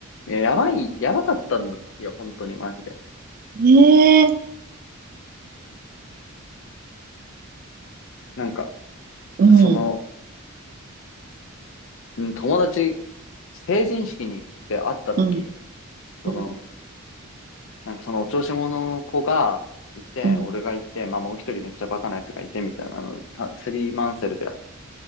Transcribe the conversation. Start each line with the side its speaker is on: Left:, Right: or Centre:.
Left: いや、やばい、やばかったんだよ、本当に、マジで。
Right: ん。ええ
Left: なんか、
Right: うん。
Left: その、うん、友達、成人式に、で会った時、
Right: うん。
Left: その、
Right: うん。
Left: なんかそのお調子者の子がいて、
Right: うん。
Left: 俺がいて、まあもう一人めっちゃバカなやつがいてみたいなの、さスリーマンセルで